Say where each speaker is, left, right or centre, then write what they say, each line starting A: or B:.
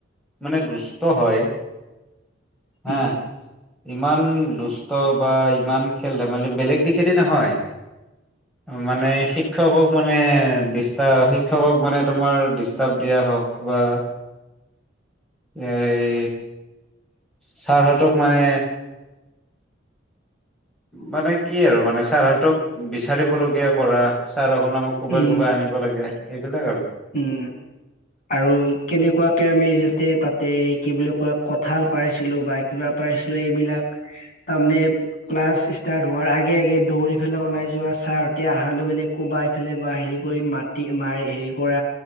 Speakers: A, in the centre; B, on the left.
A: মানে দুস্থ হয়। হাহ
B: উম
A: ', ইমান দুষ্ট বা ইমান খেল ধেমালি বেলেগ দিশেদি নহয় মানে শিক্ষকক মানে দিষ্ট শিক্ষকক মানে তোমাৰ ডিষ্টাৰ্ব দিয়া হওক বা এই ছাৰহতক মানে। মানে কি আৰু মানে ছাৰহতক বিচাৰিবলগীয়া কৰা। চাৰ শুন আ ম কোবাই
B: উম
A: - কোবাই আনিব লাগে। এইবিলাক আৰু।
B: উম', আৰু কেনেকুৱা আমি যে তাতে- তাতে কি বুলি কয় কঁঠাল পাইছিলো বা কিবা পাইছিলো এইবিলাক। তনে ক্লাছ ষ্টাৰ্ট ধোৱাৰ আগ আগে- আগে দৌৰি পেলাই ওলাই যোৱা ছাৰ্ট এতিয়া অহাৰ লগে - লগে কোবাই ফেলে বা হেৰি কৰি মাটি মাৰি হেৰি কৰা